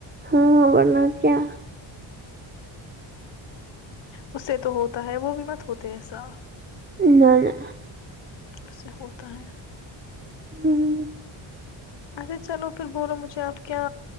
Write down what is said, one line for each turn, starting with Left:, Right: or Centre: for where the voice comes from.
Right: ہاں ورنہ کیا
Left: اس سے تو ہوتا ہے وہ بھی مت ہوتے ہے ایسا
Right: نہ نہ
Left: اس سے ہوتا ہے
Right: ہوں
Left: اچھا چلو پھر بولو مجھے آپ کیا